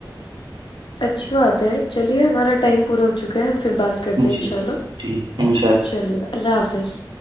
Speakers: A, on the left; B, on the right.
A: اچھی بات ہے چلیے ہمارا ٹائم پورا ہو چکا ہے ہم بات کرتے ہیں
B: جی
A: ان شاء اللہ
B: ٹھیک انشاء اللہ
A: چلیے اللہ حافظ